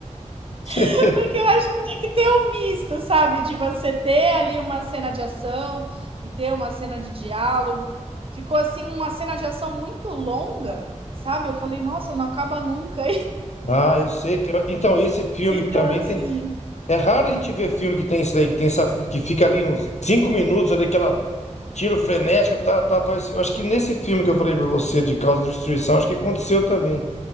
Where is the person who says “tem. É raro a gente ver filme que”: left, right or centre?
Left